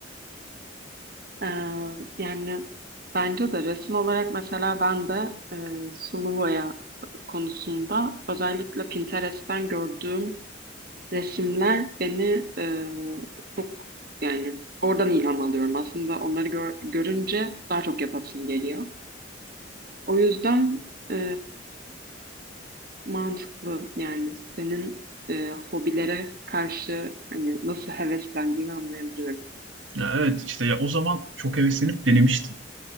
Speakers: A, on the right; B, on the right.
A: e, yani bence de resim olarak mesela ben de e, sulu boya konusunda özellikle Pinterest'ten gördüğüm resimler beni e, çok yani oradan ilham alıyorum. Aslında onları gör- görünce daha çok yapasım geliyor. O yüzden e, mantıklı yani senin e, hobilere karşı hani nasıl heveslendiğini anlayabiliyorum.
B: Ya evet işte ya o zaman çok heveslenip denemiştim.